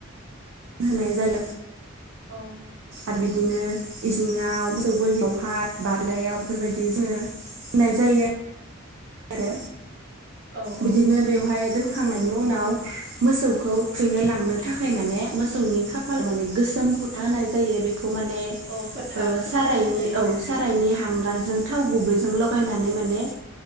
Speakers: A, on the right (about 65°); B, on the right (about 45°).
A: होनाय जायो।
B: औ।
A: आरो बिदिनो इसिङाव
B: औ
A: मोसौ गलियावहाय बारदायाव बेफोरबायदि जोङो होनाय जायो। आरो
B: औ
A: बिदिनो
B: औ
A: बेवहाय दोनखांनायनि उनाव मोसौखौ थुइनो लांनो थाखाय माने मोसौनि खाफाल माने गोसोम फुथा होनाय जायो बे खौ माने
B: अ फोथा फोथा
A: सारायनि
B: फोननाय जायो आरो
A: औ
B: जों
A: सारायनि
B: बेजों
A: हांगारजों थाव गुबैजों लगायनानै माने